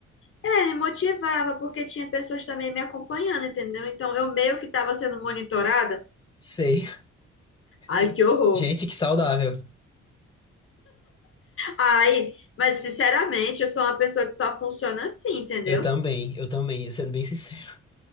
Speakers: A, on the left; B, on the left.
A: É, me motivava, porque tinha pessoas também me acompanhando, entendeu? Então eu meio que estava sendo monitorada.
B: Sei. <laughs>
A: Ai, que horror!
B: Gente, que saudável.
A: Ai, mas sinceramente, eu sou uma pessoa que só funciona assim, entendeu?
B: Eu também, eu também, sendo bem sincero.